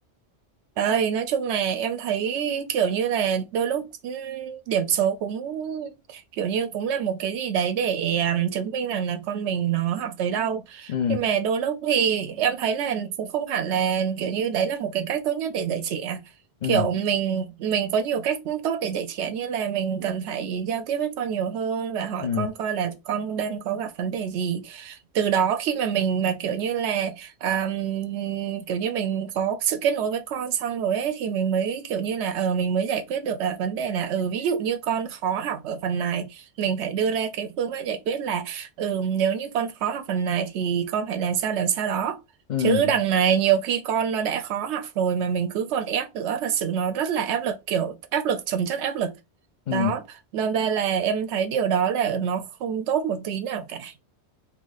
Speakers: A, on the right; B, on the left.
A: Đấy, nói chung là em thấy kiểu như là đôi lúc ừm, điểm số cũng kiểu như cũng là một cái gì đấy để ừm, chứng minh rằng là con mình nó học tới đâu.
B: ừ
A: Nhưng mà đôi lúc thì em thấy là cũng không hẳn là kiểu như đấy là một cái cách tốt nhất để dạy trẻ.
B: ừ
A: Kiểu mình mình có nhiều cách tốt để dạy trẻ như là mình cần phải giao tiếp với con nhiều hơn và hỏi
B: ừ
A: con coi là con đang có gặp vấn đề gì từ đó khi mà mình mà kiểu như là à, kiểu như mình có sự kết nối với con xong rồi ấy thì mình mới kiểu như là ờ mình mới giải quyết được là vấn đề là ừ ví dụ như con khó học ở phần này mình phải đưa ra cái phương pháp giải quyết là ừ nếu như con khó học phần này thì con phải làm sao làm sao đó
B: ừ
A: chứ đằng này nhiều khi con nó đã khó học rồi mà mình cứ còn ép nữa thật sự nó rất là áp lực kiểu áp lực chồng chất áp lực
B: ừ
A: đó nên ra là em thấy điều đó là nó không tốt một tí nào cả